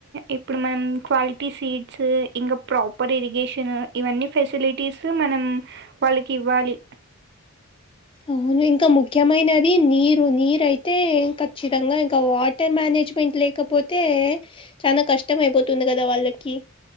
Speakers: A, on the right; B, on the left.
A: ఇప్పుడు మనం క్వాలిటీ సీడ్స్ ఇంకా ప్రాపర్ ఇరిగేషన్ ఇవన్ని ఫెసిలిటీస్ మనం వాళ్ళకి ఇవ్వాలి
B: అవును ఇంకా ముఖ్యమైనది నీరు నీరు అయితే ఖచ్చితంగా ఇంకా వాటర్ మేనే నేజ్మెంట్ లేకపోతే చాలా కష్టం అయిపోతుంది కదా వాళ్ళకి